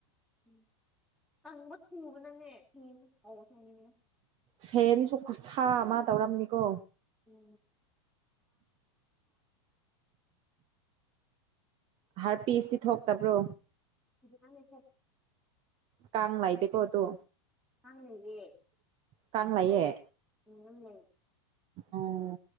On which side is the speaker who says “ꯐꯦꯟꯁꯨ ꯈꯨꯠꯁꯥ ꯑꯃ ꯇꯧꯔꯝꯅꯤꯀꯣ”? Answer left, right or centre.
Right